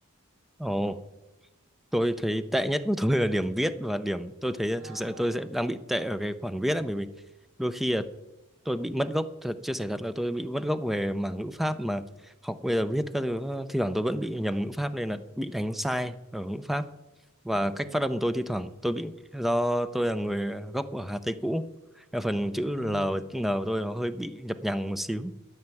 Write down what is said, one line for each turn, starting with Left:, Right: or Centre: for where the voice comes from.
Centre: ồ, tôi thấy tệ nhất của tôi là điểm viết và điểm tôi thấy
Right: <laughs> à
Centre: thực sự là tôi sẽ đang bị tệ ở cái khoản viết ấy bởi vì đôi khi là tôi bị mất gốc thật chia sẻ thật là tôi bị mất gốc về mảng ngữ pháp mà học bây giờ viết các thứ thi thoảng tôi vẫn bị nhầm ngữ pháp nên là bị đánh sai ở ngữ pháp và
Right: ừ,
Centre: cách phát âm tôi thi thoảng tôi bị do tôi là người gốc ở Hà Tây cũ Nên phần chữ
Right: ừ.
Centre: L và N của tôi nó hơi bị nhập nhằng một xíu